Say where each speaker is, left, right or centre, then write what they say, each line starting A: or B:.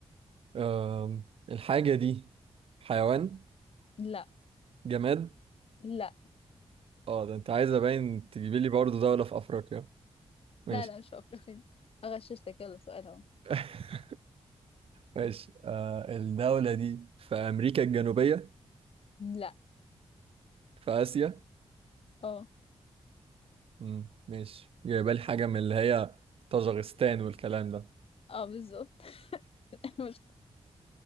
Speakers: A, on the right; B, on the left.
A: آه الحاجه دي حيوان
B: لا
A: جماد
B: لا
A: اه ده انت عايزه باين تجيبي لي برضه دوله في افريقيا ماشي
B: لا لا مش في افريقيا اغششتك يلا سؤال اهو
A: <laughs> ماشي آه الدوله دي في امريكا الجنوبيه
B: لا
A: في اسيا
B: اه
A: مم. ماشي جايبه لي حاجه من اللي هي طاجغستان والكلام ده
B: اه بالظبط <laughs> مش